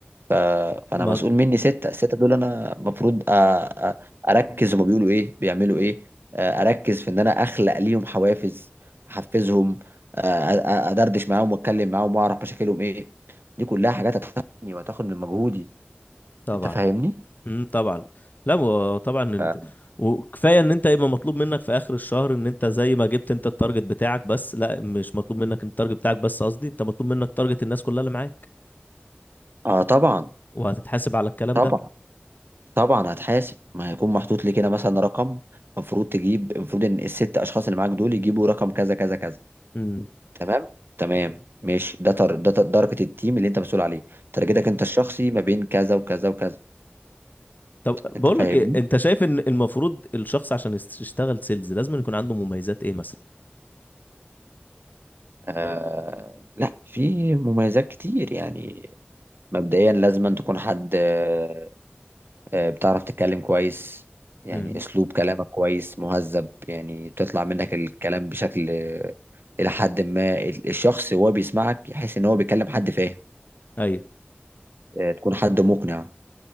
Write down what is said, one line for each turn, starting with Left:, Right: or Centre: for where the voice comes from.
Right: ف... فانا
Left: ما
Right: مسؤول مني سته السته دول انا المفروض أ... أ... اركز هما بيقولوا ايه بيعملوا ايه آه، اركز في ان انا اخلق ليهم حوافز احفزهم آه، أ... أ... ادردش معاهم واتكلم معاهم واعرف مشاكلهم ايه دي كلها حاجات هتاخدني وهتاخد من مجهودي
Left: طبعا
Right: انت فاهمني
Left: امم طبعا لا و- طبعا ال-
Right: ف-
Left: وكفايه ان انت يبقى مطلوب منك في اخر الشهر ان انت زي ما جبت انت التارجت بتاعك بس لا مش مطلوب منك التارجت بتاعك بس قصدي انت مطلوب منك تارجت الناس كلها اللي معاك
Right: اه طبعا
Left: وهتتحاسب على الكلام
Right: طبعا
Left: ده
Right: طبعا هتحاسب ما هيكون محطوط لي كده مثلا رقم المفروض تجيب المفروض ان الست اشخاص اللي معاك دول يجيبوا رقم كذا كذا كذا
Left: امم
Right: تمام تمام ماشي ده تر... ده درجة التيم اللي انت مسؤول عليه ترجتك انت الشخصي ما بين كذا وكذا وكذا
Left: طب بقول
Right: انت فاهمني
Left: لك ايه انت شايف ان المفروض الشخص عشان يست- يشتغل سيلز لازم يكون عنده مميزات ايه مثلا
Right: آه... لا في مميزات كتير يعني مبدئيا لازم أن تكون حد آه... آه... بتعرف تتكلم كويس يعني
Left: امم
Right: اسلوب كلامك كويس مهذب يعني تطلع منك الكلام بشكل آه، الى حد ما ال- الشخص وهو بيسمعك يحس ان هو بيكلم حد فاهم
Left: ايوه
Right: آه... تكون حد مقنع